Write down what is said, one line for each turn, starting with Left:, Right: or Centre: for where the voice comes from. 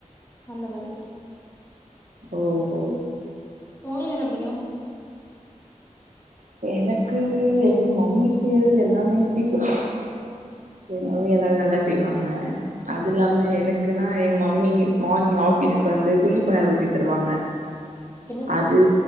Left: அந்த மாரி
Right: ஓஹோ
Left: உங்களுக்கு என்ன புடிக்கும்
Right: எனக்கு எங்க மம்மி செய்யறது எல்லாமே புடிக்கும் எங்க மம்மி எல்லாமே நல்லா செய்வாங்க அது இல்லாம எனக்குன்னா எங்க மம்மி மானிங் ஆபீஸ்க்கு வந்து குழிப்பபணியாரம் ஊத்தி தருவாங்க
Left: என்னது
Right: அது